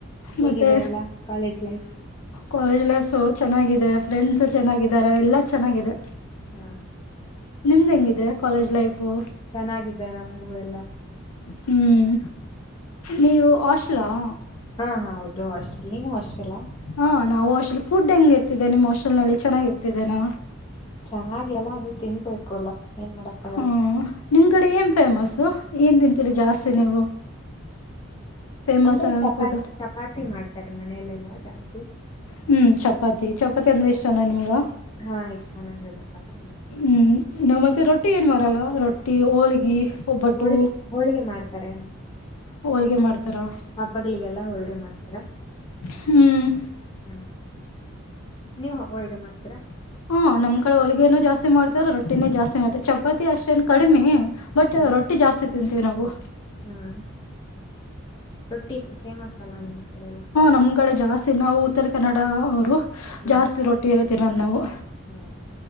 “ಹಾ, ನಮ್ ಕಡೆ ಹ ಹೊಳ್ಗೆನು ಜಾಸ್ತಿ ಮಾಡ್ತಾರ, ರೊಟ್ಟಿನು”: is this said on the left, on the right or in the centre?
Left